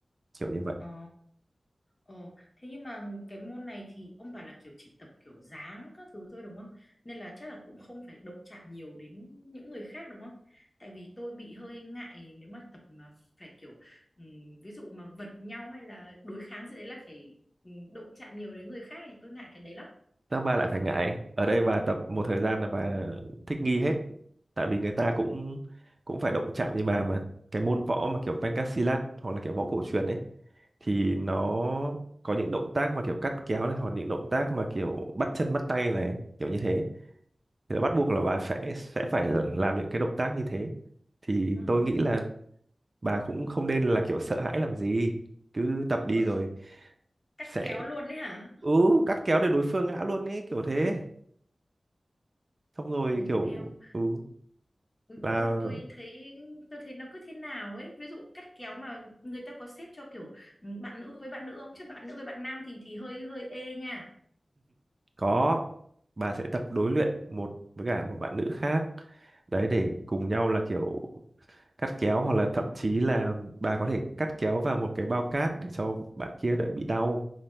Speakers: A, on the right; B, on the left.
A: kiểu như vậy
B: Ờ. Ồ, thế nhưng mà cái môn này thì ông bảo là kiểu chỉ tập kiểu dáng các thứ thôi đúng không? Nên là chắc là cũng không phải động chạm nhiều đến những người khác đúng không? Tại vì tôi bị hơi ngại nếu mà tập mà phải kiểu ừm, ví dụ mà vật nhau hay là đối kháng gì đấy là phải ừm, động chạm nhiều đến người khác thì tôi ngại cái đấy lắm.
A: Sao bà lại phải ngại? Ở đây bà tập một thời gian là bà thích nghi hết. Tại vì người ta cũng cũng phải động chạm như bà mà cái môn võ mà kiểu Pencak hoặc là kiểu võ cổ truyền ấy thì nó có những động tác mà kiểu cắt kéo này hoặc những động tác mà kiểu bắt chân bắt tay này kiểu như thế thì là bắt buộc là bà sẽ sẽ phải làm những cái động tác như thế thì
B: Ôi rồi,
A: tôi nghĩ là bà cũng không nên là kiểu sợ hãi làm gì cứ tập
B: rồi,
A: đi rồi
B: cắt
A: sẽ
B: kéo luôn đấy hả?
A: ừ cắt kéo để đối phương ngã luôn ấy kiểu thế xong rồi
B: Ồ,
A: kiểu
B: eo
A: ừ,
B: Ừ,
A: là
B: tôi tôi thấy tôi thấy nó cứ thế nào ấy ví dụ cắt kéo mà người ta có xếp cho kiểu ừ, bạn nữ với bạn nữ không chứ bạn nữ với bạn nam thì thì hơi hơi ê nha
A: có bà sẽ tập đối luyện một với cả một bạn nữ khác đấy để cùng nhau là kiểu cắt kéo hoặc là thậm chí là bà có thể cắt kéo vào một cái bao cát để cho bạn kia đỡ bị đau